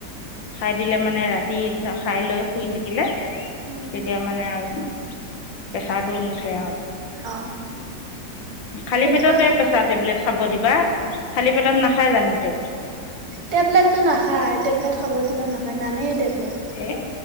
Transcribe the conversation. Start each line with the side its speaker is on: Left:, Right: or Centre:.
Left: খাই দিলে মানে ৰাতি খাই লৈ শুই থাকিলে -
Right: উম
Left: তেতিয়া মানে আৰু প্ৰেছাৰটো নুঠে আও।
Right: অ'।
Left: খালী
Right: তেনেকুৱা
Left: পেটতে প্ৰেছাৰ টেবলেট খাব দিবা। খালী পেটত নাখাই জানো টেবলেট?
Right: টেবলেটটো নাখায় টেবলেট খাব দিলেও নাখায় নানেই টেবলেট।
Left: এই